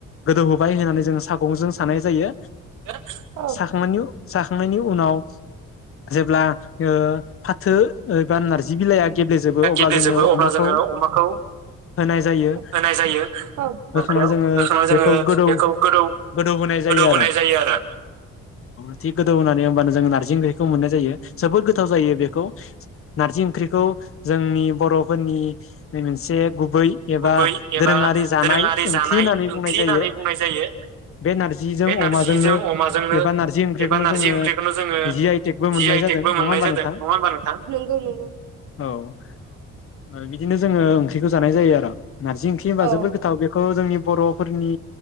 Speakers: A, on the left; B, on the right.
A: गोदौहोबाय होननानै जोङो सागंजों सानाय जायो।
B: <unintelligible> औ।
A: साखांनायनि साखांनायनि उनाव जेब्ला ओ फाथो एबा नारजि बिलाइआ गेब्लेजोबो
B: दा
A: अब्ला
B: गेब्लेजोबो
A: जोङो
B: अब्ला
A: अमाखौ
B: जोङो अमाखौ
A: होनाय जायो
B: होनाय जायो ओंख्रियाव
A: होखांनानै जोङो
B: होखांनानै
A: बेखौ
B: जोङो
A: गोदौ
B: बेखौ गोदौ
A: गोदौ होनाय जायो
B: गोदौ
A: आरो
B: होनाय जायो आरो।
A: <unintelligible> गोदौ होनानै होनबानो जों नारजि ओंख्रि खौ मोननाय जायो जोबोद गोथाव जायो बेखौ नारजि ओंख्रिखौ जोंनि बर'फोरनि मोनसे गुबै एबा
B: गुबै एबा
A: दोरोङारि जानाय
B: दोरोङारि
A: ओंख्रि
B: जानाय
A: होननानै
B: ओंख्रि
A: बुंनाय जायो।
B: होननानै बुंनाय जायो
A: बे नारजिजों
B: बे नारजिजों
A: अमाजोंनो
B: अमाजोंनो
A: एबा नारजि ओंख्रिखौनो
B: एबा नारजि
A: जोङो
B: ओंख्रिखौनो जोङो
A: जि आइ बो मोननाय
B: जि आइ
A: जादों
B: टेकबो
A: नङा
B: मोननाय
A: होनबा
B: जादों
A: नोंथां?
B: नङा होमबा नोंथां? नंगौ नंगौ
A: औ बिदिनो जोङो ओंख्रिखौ जानाय जायो आरो। नारजि ओंख्रि होनबा
B: औ
A: जोबोद गोथाव बेखौ जोंनि बर'फोरनि